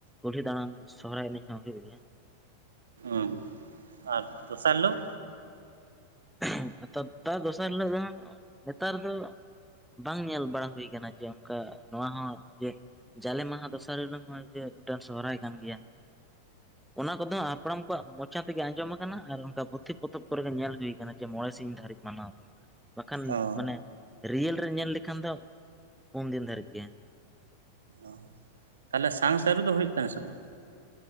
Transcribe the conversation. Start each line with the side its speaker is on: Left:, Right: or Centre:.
Centre: ᱠᱩᱞᱦᱤ ᱫᱟᱬᱟᱱ ᱥᱚᱨᱦᱟᱭ ᱮᱱᱮᱡ ᱦᱚᱸ ᱦᱩᱭᱩᱜ ᱜᱮᱭᱟ
Right: ᱚᱸ ᱟᱨ ᱫᱚᱥᱟᱨ ᱦᱤᱞᱳᱜ
Centre: <unintelligible> ᱛᱟᱨ ᱫᱚᱥᱟᱨ ᱦᱤᱞᱚᱜ ᱫᱚ ᱱᱮᱛᱟᱨ ᱫᱚ ᱵᱟᱝ ᱧᱮᱞ ᱵᱟᱲᱟ ᱦᱩᱭ ᱠᱟᱱᱟ ᱡᱮ ᱚᱱᱠᱟ ᱱᱚᱣᱟ ᱦᱚᱸ ᱡᱮ ᱡᱟᱞᱮ ᱢᱟᱦᱟ ᱫᱚᱥᱟᱨ ᱦᱤᱞᱚᱜ ᱦᱚᱸ ᱡᱮ ᱢᱤᱫᱴᱮᱱ ᱥᱚᱦᱨᱟᱭ ᱠᱟᱱ ᱜᱮᱭᱟ ᱚᱱᱟ ᱠᱚᱫᱚ ᱦᱟᱯᱲᱟᱢ ᱠᱚᱣᱟᱜ ᱢᱚᱪᱟ ᱛᱮᱜᱮ ᱟᱸᱡᱚᱢ ᱟᱠᱟᱱᱟ ᱟᱨ ᱚᱱᱠᱟ ᱯᱩᱛᱷᱤ ᱯᱚᱛᱚᱵ ᱠᱚᱨᱮ ᱜᱮ ᱧᱮᱞ ᱦᱩᱭ ᱟᱠᱟᱱᱟ ᱠᱟᱱᱟ ᱡᱮ ᱢᱚᱬᱮ ᱥᱤᱧ ᱫᱷᱟᱹᱨᱤᱡ ᱢᱟᱱᱟᱣ ᱫᱚ ᱵᱟᱠᱷᱟᱱ
Right: ᱚ
Centre: ᱢᱟᱱᱮ ᱨᱤᱭᱮᱞ ᱨᱮ ᱧᱮᱞ ᱞᱮᱠᱷᱟᱱ ᱫᱚ ᱯᱩᱱ ᱫᱤᱱ ᱫᱷᱟᱹᱨᱤᱡ ᱜᱮ
Right: ᱚ ᱛᱟᱦᱚᱞᱮ ᱥᱟᱝ ᱥᱟᱹᱨᱩ ᱫᱚ ᱦᱩᱭᱩᱜ ᱛᱟᱦᱮᱱᱟ ᱥᱮ ᱵᱟᱝ